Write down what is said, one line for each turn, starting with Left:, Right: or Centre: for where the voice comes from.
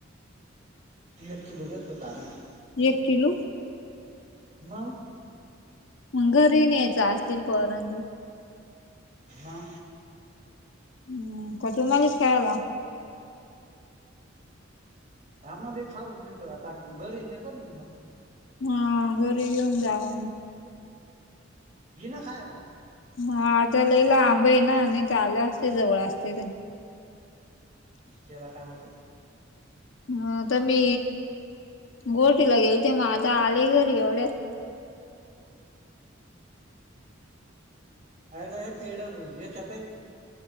Right: एक किलो घेतलं <unintelligible>
Left: एक किलो
Right: म
Left: मग घरी न्यायचं असतील पोरां
Right: हा.
Left: <unintelligible>
Right: हा मध्ये खाऊ न येतो आता घरी नेतो नी म
Left: हा घरी घेऊन जावा म
Right: ये ना खायला?
Left: माझ लई लांबय ना नाही त आले असते जवळ असते तर
Right: त्याला काय होत
Left: ह तर मी गोटीला गेलते म आता आले घरी एवढ्यात
Right: काय नाय पेढ <unintelligible> याच्यात